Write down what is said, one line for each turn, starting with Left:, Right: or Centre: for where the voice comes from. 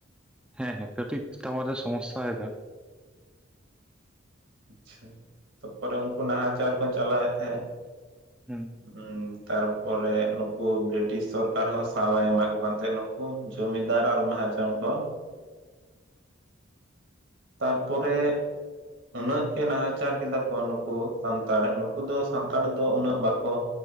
Centre: ᱦᱮᱸ ᱦᱮᱸ ᱠᱟᱹᱴᱤᱡ ᱴᱟᱣᱟᱨᱮ ᱥᱚᱢᱚᱥᱥᱟᱭᱫᱟ᱾
Right: ᱟᱪᱪᱷᱟ ᱛᱟᱯᱚᱨᱮ ᱩᱝᱠᱩ ᱱᱟᱦᱟᱪᱟᱨ ᱠᱚ ᱪᱟᱞᱟᱣᱮᱜ ᱛᱟᱦᱮᱸᱜ᱾
Centre: ᱦᱩᱸ
Right: ᱩᱸ ᱛᱟᱨᱯᱚᱨᱮ ᱱᱩᱠᱩ ᱵᱨᱤᱴᱤᱥ ᱥᱚᱨᱠᱟᱨ ᱦᱚᱸ ᱥᱟᱣᱮᱭ ᱮᱢᱟ ᱠᱚ ᱠᱟᱱ ᱛᱟᱦᱮᱸ ᱱᱩᱠᱩ ᱡᱚᱢᱤᱫᱟᱨ ᱟᱨ ᱢᱟᱦᱟᱡᱚᱱ ᱠᱚ᱾ ᱛᱟᱨᱯᱚᱨᱮ ᱩᱱᱟᱹᱜ ᱜᱮ ᱱᱟᱦᱟᱪᱟᱨ ᱠᱮᱫᱟ ᱠᱚ ᱱᱩᱠᱩ ᱥᱟᱱᱛᱟᱲ ᱱᱩᱠᱩ ᱫᱚ ᱥᱟᱱᱛᱟᱲ ᱫᱚ ᱩᱱᱟᱹᱜ ᱵᱟᱠᱚ